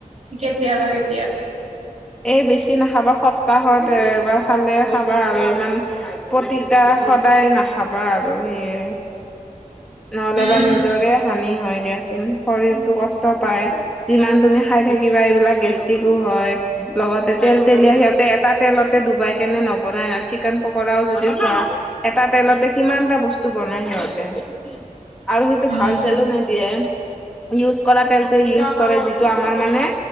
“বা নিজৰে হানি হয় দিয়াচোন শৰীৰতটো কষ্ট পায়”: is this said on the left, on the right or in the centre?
Centre